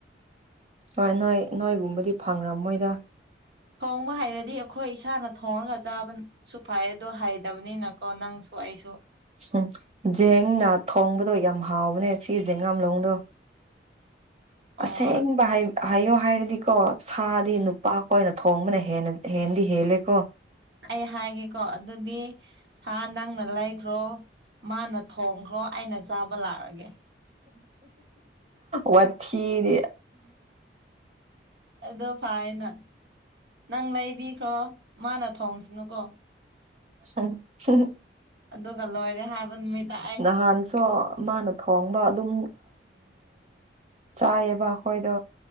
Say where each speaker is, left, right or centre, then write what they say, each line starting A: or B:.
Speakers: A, on the right; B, on the right.
A: ꯍꯣꯏ ꯅꯣꯏ ꯅꯣꯏꯒꯨꯝꯕꯗꯤ ꯐꯪꯈ꯭ꯔ ꯃꯣꯏꯗ
B: ꯊꯣꯡꯕ ꯍꯥꯏꯔꯗꯤ ꯑꯩꯈꯣꯏ ꯏꯁꯥꯅ ꯊꯣꯡꯉꯒ ꯆꯥꯕ ꯁꯨ ꯐꯩ ꯑꯗꯣ ꯍꯥꯏꯩꯗꯕꯅꯤꯅꯀꯣ ꯅꯪꯁꯨ ꯑꯩꯁꯨ
A: ꯎꯝ ꯖꯦꯡꯅ ꯊꯣꯡꯕꯗꯣ ꯌꯥꯝ ꯍꯥꯎꯕꯅꯦ ꯁꯤ ꯖꯦꯡꯒꯥꯥꯝꯂꯣꯡꯗꯣ
B: ꯑꯣ
A: ꯑꯁꯦꯡꯕ ꯍꯥꯏ ꯍꯥꯏꯌꯣ ꯍꯥꯏꯔꯗꯤꯀꯣ ꯁꯥꯗꯤ ꯅꯨꯄꯥꯈ ꯑꯣꯏꯅ ꯊꯣꯡꯕꯅ ꯍꯦꯟꯗꯤ ꯍꯦꯜꯂꯦꯀꯣ
B: ꯑꯩ ꯍꯥꯏꯒꯦꯀꯣ ꯑꯗꯨꯗꯤ ꯁꯥ ꯅꯪꯅ ꯂꯩꯈ꯭ꯔꯣ ꯃꯥꯅ ꯊꯣꯡꯈ꯭ꯔꯣ ꯑꯩꯅ ꯆꯥꯕ ꯂꯥꯛꯑꯒꯦ
A: ꯋꯥꯊꯤꯗꯤ
B: ꯑꯗꯨ ꯐꯥꯏꯅ ꯅꯪ ꯂꯩꯕꯤꯈ꯭ꯔꯣ ꯃꯥꯅ ꯊꯣꯡꯁꯤꯅꯨꯀꯣ
A: <unintelligible>
B: ꯑꯗꯨꯒ ꯂꯣꯏꯔꯦ ꯍꯥꯏ ꯃꯤꯗ
A: ꯅꯍꯥꯟꯁꯨꯣ ꯃꯥꯅ ꯊꯣꯡꯕ ꯑꯗꯨꯝ ꯆꯥꯏꯌꯦꯕ ꯑꯩꯈꯣꯏꯗ